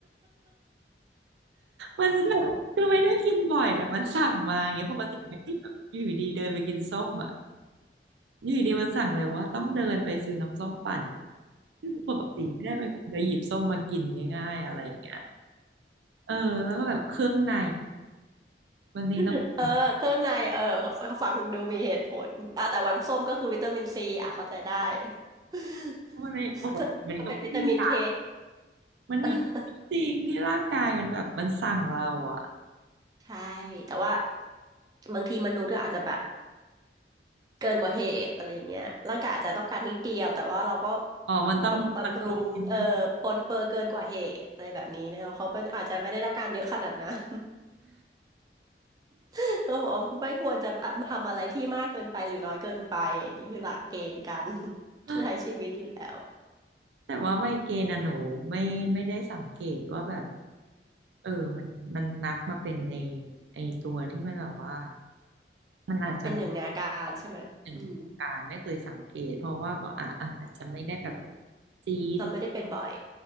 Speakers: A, on the right (about 80°); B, on the right (about 20°).
A: มันแบบคือไม่ได้กินบ่อยแต่มันสั่งมาอย่างเงี้ยปกติไม่ได้แบบอยู่ดีๆเดินไปกินส้มอ่ะอยู่ดีๆมันสั่งเลยว่าต้องเดินไปซื้อน้ำส้มปั่นซึ่งปกติไม่ได้เป็นคนไปหยิบส้มมากินง่ายๆอะไรอย่างเงี้ยเออแล้วก็แบบเครื่องในวันนี้ต้อง
B: <laughs> เออเครื่องในเออฟังดูมีเหตุผลอ่ะแต่วันส้มก็คือวิตามินซีอ่ะเข้าใจได้ <laughs>
A: มันไม่ปกติมันก็ไม่ได้อยาก
B: เครื่องในก็เป็นวิตามินเค
A: มันมี
B: <laughs>
A: จริงที่ร่างกายมันแบบมันสั่งเราอ่ะ
B: ใช่แต่ว่าบางทีมนุษย์ก็อาจจะแบบเกินกว่าเหตุอะไรเงี้ยร่างกายอาจจะต้องการนิดเดียวแต่ว่าเราก็
A: อ๋อ มันต้องคอนโทรลนิดนึง
B: บำบำรุงเออปรนเปื้อเกินกว่าเหตุอะไรแบบนี้นะเขาเป็นอาจจะไม่ได้ต้องการเยอะขนาดนั้น <laughs> เขาบอกว่าไม่ควรจะทำอะไรที่มากเกินไปหรือน้อยเกินไปนี่คือหลักเกณฑ์การ <laughs>
A: <gasps>
B: ใช้ชีวิตอยู่แล้ว
A: แต่ว่าไมเกรนอะหนูไม่ไม่ได้สังเกตว่าแบบเออ มันมันนับมาเป็นไอไอตัวที่มันแบบว่ามันอาจจะ
B: เป็นหนึ่งในอาการใช่ไหมอืม
A: หนึ่งวงการไม่เคยสังเกตเพราะว่าก็อ่ะอะอาจจะไม่ได้แบบจี๊ด
B: เราไม่ได้เป็นบ่อย